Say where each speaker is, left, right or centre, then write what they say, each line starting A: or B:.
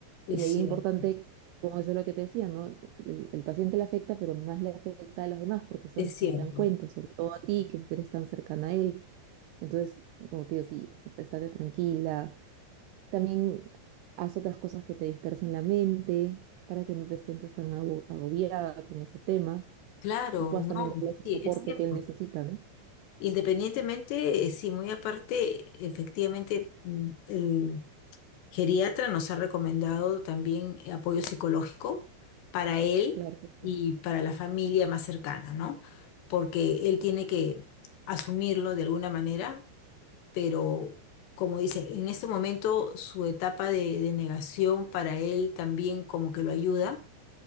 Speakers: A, on the left (about 75°); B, on the right (about 85°).
A: Es
B: Y ahí
A: cierto,
B: es importante, como eso es lo que te decía, ¿no? El, el paciente le afecta, pero más le afecta a los demás porque son
A: es
B: los
A: cierto.
B: que se dan cuenta, sobre todo a ti, que eres tan cercana a él. Entonces, como te digo, sí, o sea, estate tranquila también haz otras cosas que te dispersen la mente para que no te sientas tan ago- agobiada con ese tema
A: Claro,
B: y puedas
A: no,
B: también darle ese
A: sí,
B: soporte
A: es cierto.
B: que él necesita, ¿no?
A: Independientemente, eh, sí, muy aparte, efectivamente, mm, el geriatra nos ha recomendado también eh, apoyo psicológico para él
B: Claro que
A: y
B: sí,
A: para la familia más cercana, ¿no? Porque él tiene que asumirlo de alguna manera, pero como dice, en este momento su etapa de de negación para él también como que lo ayuda